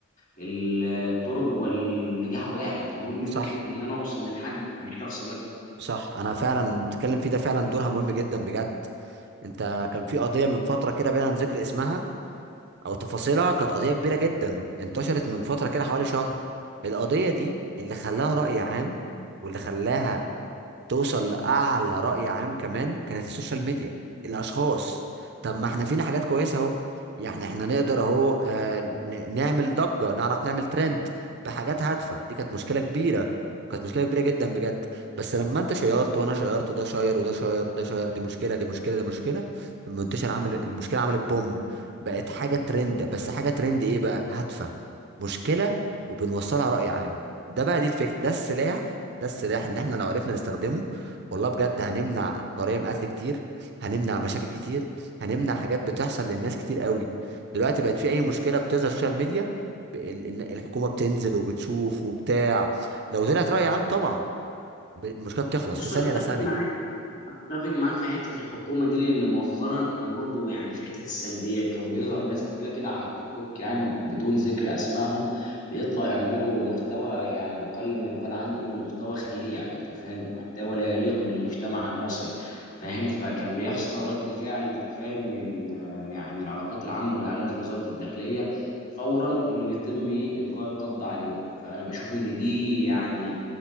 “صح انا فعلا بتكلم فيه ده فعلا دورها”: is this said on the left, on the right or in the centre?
Right